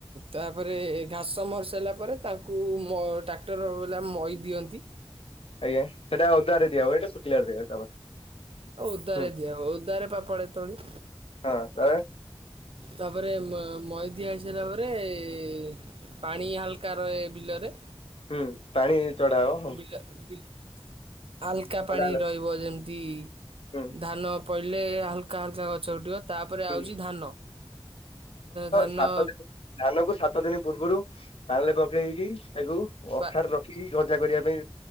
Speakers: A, on the right; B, on the left.
A: ତାପରେ ଘାସ ମରି ସାଇଲା ପରେ ତାଙ୍କୁ ଟାକ ଟ୍ରାକ୍ଟ ର ବେଲା ମଇ ଦିଅନ୍ତି।
B: ଆଜ୍ଞା ସେଇଟା ଓଦାରେ ଦିଆହୁଏ ଏଇଟା ସୁଖିଲାରେ ଦିଆହୁଏ ତାପରେ।
A: ଓଦାରେ
B: ହୁଁ
A: ଦିଆ ହେଉ ଓଦାରେ ପା ପଡେ ତଳି।
B: ହଁ ତାପରେ?
A: ତାପରେ ମ ମହି ଦିଆ ହେଇସାରିଲା ପରେ ପାଣି ହାଲକା ରହେ ବିଲରେ।
B: ହୁଁ ପାଣି ଚଢା ହବ ହଁ।
A: ହାଲକା
B: ଚଢା
A: ପାଣି
B: ହେଲା
A: ରହିବ ଯେମିତି। ବି
B: ହୁଁ
A: ଧାନ ପଡିଲେ ହାଲକା ହାଲକା ଗଛ ଉଠିବ। ତାପରେ
B: ହୁଁ
A: ଆଉଚି ଧାନ ଧାନ।
B: ସାତ ଦିନ ଧାନକୁ ସାତ ଦିନ ପୂର୍ବରୁ ନାଲି ପକେଇକି ତାକୁ ଅଖାରେ
A: ପା
B: ରଖିକି ଯୋଯା କରିବା ପାଇଁ